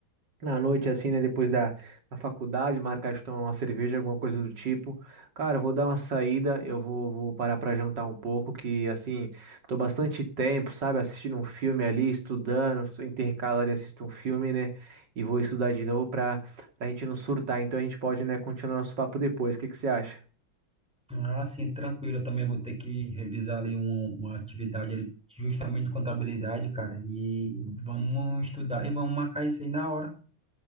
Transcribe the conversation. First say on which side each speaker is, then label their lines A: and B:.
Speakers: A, on the right (about 60°); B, in the centre.
A: Na noite, assim, né? Depois da, da faculdade, marcar de tomar uma cerveja, alguma coisa do tipo. Cara, eu vou dar uma saída, eu vou, vou parar pra jantar um pouco, que, assim, tô bastante tempo, sabe? Assistindo um filme ali, estudando, intercalo ali, assisto um filme, né? E vou estudar de novo pra, pra gente não surtar. Então a gente pode, né, continuar nosso papo depois. O que que você acha?
B: Ah, sim, tranquilo. Eu também vou ter que revisar ali um- uma atividade ali, justamente de contabilidade, cara. E vamos estudar e vamos marcar isso aí na hora.